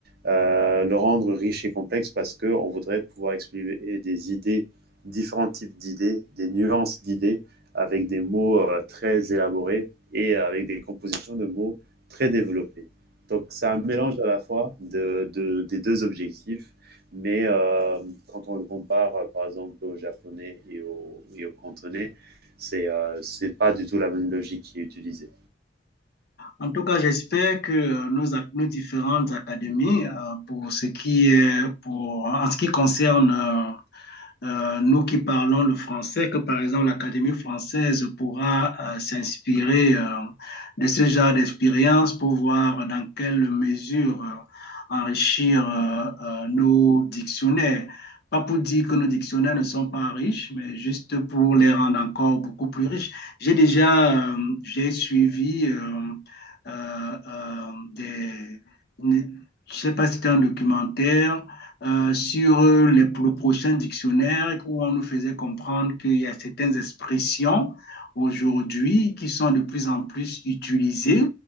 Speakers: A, on the right; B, on the left.
A: euh, le rendre riche et complexe parce qu'on voudrait pouvoir exprimer des idées, différents types d'idées, des nuances d'idées avec des mots euh, très élaborés et avec des compositions de mots très développées. Donc c'est un mélange à la fois de, de, des deux objectifs, mais euh, quand on le compare euh, par exemple au japonais et au, et au cantonais, c'est euh, c'est pas du tout la même logique qui est utilisée.
B: En tout cas, j'espère que nos, nos différentes académies, euh, pour ce qui est, pour, en ce qui concerne euh, euh, nous qui parlons le français, que par exemple l'Académie française pourra euh, s'inspirer euh, de ce genre d'expérience pour voir dans quelle mesure euh, enrichir euh, euh, nos dictionnaires. Pas pour dire que nos dictionnaires ne sont pas riches, mais juste pour les rendre encore beaucoup plus riches. J'ai déjà euh, j'ai suivi euh, euh, euh, des... Je ne sais pas si c'était un documentaire euh, sur euh, les- le prochain dictionnaire où on nous faisait comprendre qu'il y a certaines expressions aujourd'hui qui sont de plus en plus utilisées,